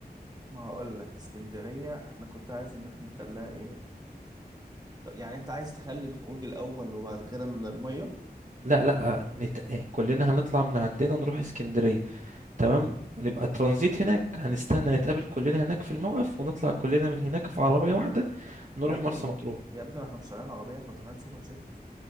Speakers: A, on the right; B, on the right.
A: ما هقول لك اسكندرية احنا كنت عايز ان احنا نخليها ايه طب يعني انت عايز تخلي الخروج الاول وبعد كده ال- المية
B: لا لا آه، نت... كلنا هنطلع من عندنا نروح اسكندرية تمام ونبقى ترانزيت هناك هنستنى نتقابل كلنا هناك في الموقف ونطلع كلنا من هناك في عربية واحدة نروح
A: يا ابني
B: مرسى مطروح
A: يا ابني ما احنا مش طالعين عربية احنا طالعين سوبر جيت